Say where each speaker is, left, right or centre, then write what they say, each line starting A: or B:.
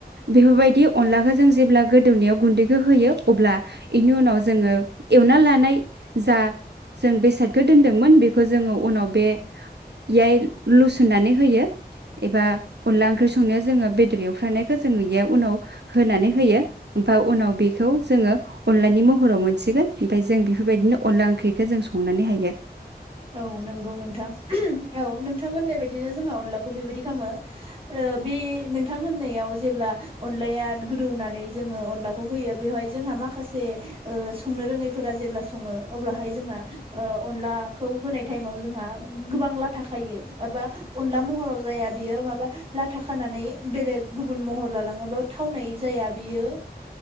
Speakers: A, on the right; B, on the right.
A: बेफोरबायदि अनलाखो जों जेब्ला गोदौनायाव गुन्दैखौ होयो अब्ला इनि उनाव जोङो एवना लानाय जा जों बेसादखौ दोनदोंमोन बेखौ जोङो उनाव बेयाय लुसन्नानै होयो एबा अनला ओंख्रि संनायाव जोङो बेदर एवफ्रानाय खो जोङो याव उनाव होनानै होयो ओमफ्राय उनाव बेखौ जोङो अनलानि महराव मोनसिगोन ओमफाय जों बेफोरबायदिनो अनला ओंख्रिखौ जों संनानै हायो ।
B: औ नंगौ नोंथां औ नोंथां होननाय बादिनो जोंङो अनलाखौ बेबायदि खामो ओ बे नोंथां होननायाव जेब्ला अनलाया गोदौनानै जोङो अनलाखौ होयो बेवहाय जोंहा माखासे ओ संनो रोङैफोरा जेब्ला सङो अब्लाहाय जोंहा ओ अनला खौ होनाय टाइमाव जोंहा गोबां लाथा खायो एबा अनला महराव जाया बियो माबा लाथा खानानै बेलेग गुबुन महर लालाङो बा थावनाय जाया बियो